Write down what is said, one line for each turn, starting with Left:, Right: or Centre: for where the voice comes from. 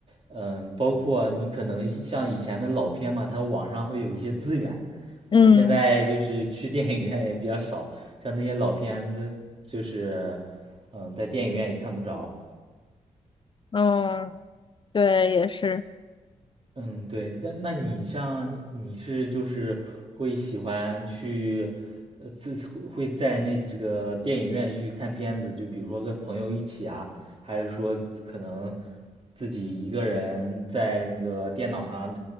Right: 嗯，包括你可能像以前的老片嘛，它网上会有一些资源。
Left: 嗯
Right: 我现在就是去电影院也比较少，像那些老片的，就是嗯，在电影院也看不着。
Left: 嗯，对，也是。
Right: 嗯，对，那那你像你是就是会喜欢去，呃，自会会在那这个电影院去看片子，就比如说跟朋友一起啊，还是说可能自己一个人在那个电脑上，